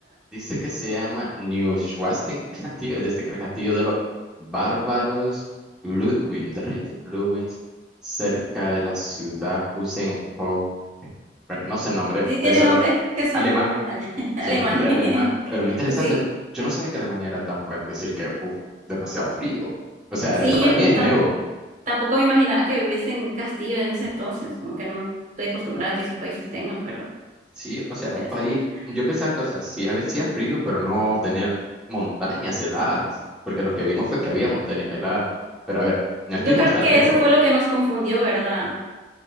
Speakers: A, in the centre; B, on the right.
A: Dice que se llama New Schwarzschild Castillo, desde que el castillo de los bárbaros Ludwig, de rey Ludwig, cerca de la ciudad Pusenhof. Bueno, no sé el nombre,
B: Sí tiene
A: de eso
B: nombre,
A: no.
B: es que son
A: Alemán,
B: nombres ale- <laughs> alemanes.
A: es un <laughs> nombre
B: <laughs>
A: alemán, pero muy interesante.
B: Sí.
A: no- Yo no sabía que Alemania era tan fuerte, es decir que, uff, demasiado frío. O sea,
B: Sí,
A: esto para
B: yo no-
A: mí es nuevo.
B: Tampoco me imaginaba que viviesen en castillo en ese entonces, como que no estoy acostumbrada a que esos países tengan, pero
A: Sí, o sea, un
B: interesante.
A: país, yo pensaba que, o sea, sí, a veces hacía frío, pero no tener montañas heladas, porque lo que vimos fue que había montañas heladas. Pero a ver, no
B: Yo
A: estuvimos
B: creo
A: tan
B: que
A: lejos.
B: eso fue lo que nos confundió, ¿verdad?